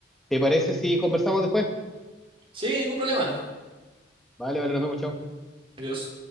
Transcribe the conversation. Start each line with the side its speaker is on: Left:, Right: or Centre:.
Centre: ¿te parece si conversamos después?
Right: Sí, ningún problema.
Centre: Vale, vale, nos vemos, chao.
Right: Adiós.